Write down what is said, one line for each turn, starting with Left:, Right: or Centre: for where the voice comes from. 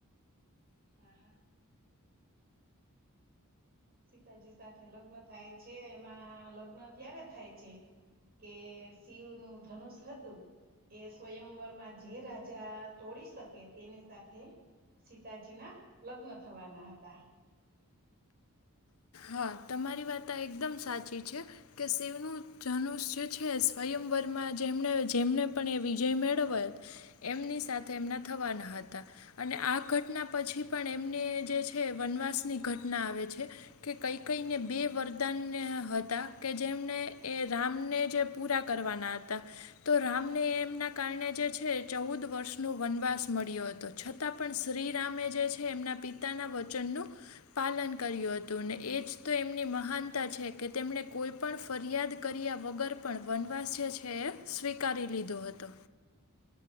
Right: હા હા સીતાજી સાથે લગ્ન થાય છે એમાં લગ્ન ત્યારે થાય છે કે શિવ નું ધનુષ હતું એ સ્વયંવરમાં જે રાજા તોડી શકે તેની સાથે સીતાજી ના લગ્ન થવાના હતા
Left: હા તમારી વાત આ એકદમ સાચી છે કે શિવનું ધનુષ જે છે સ્વયંવરમાં જેમને જેમને પણ એ વિજય મેળવય એમની સાથે એમના થવાના હતા અને આ ઘટના પછી પણ એમને જે છે વનવાસની ઘટના આવે છે કે કંઈ કઈને બે વરદાન હતા ને કે જેમને એ રામને જે પૂરા કરવાના હતા તો રામને એમના કારણે જે છે ચૌદ વર્ષ નો વનવાસ મળ્યો હતો તો છતાં પણ શ્રીરામે જે છે એમના પિતાના વચનનું પાલન કર્યું હતું તો એ જ તો એમની મહાનતા છે કે તેમણે કોઈ પણ ફરિયાદ કર્યા વગર પણ વનવાસ જે છે એ સ્વીકારી લીધો હતો